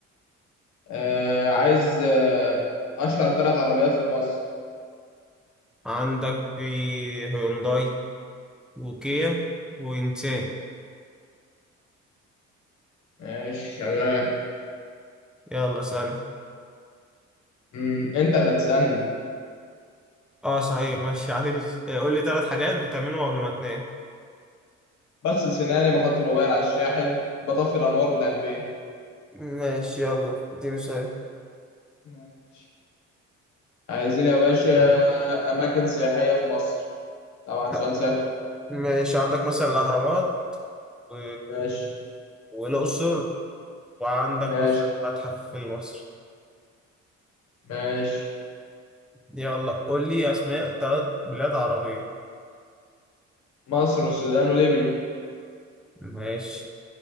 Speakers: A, on the left (about 70°); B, in the centre.
A: آه، عايز آه، أشهر ثلاث عربيات في مصر
B: عندك في هيونداي وكيا ونسان
A: ماشي شغال
B: يلا سن
A: مم، أنت اللي هتسألني
B: اه صحيح ماشي معلش آه، قول لي ثلاث حاجات بتعملهم قبل ما تنام
A: بغسل سناني بحط الموبايل على الشاحن بطفي الأنوار بتاع البيت
B: ماشي يلا اديني سؤال
A: ماشي عايزين يا باشا أماكن سياحية في مصر طبعا
B: لا
A: سؤال سهل
B: ماشي عندك مثلا الأهرامات و...
A: ماشي
B: والأقصر وعندك
A: ماشي
B: مثلا المتحف المصري
A: ماشي
B: يلا قول لي أسماء ثلاث بلاد عربية
A: مصر والسودان وليبيا
B: ماشي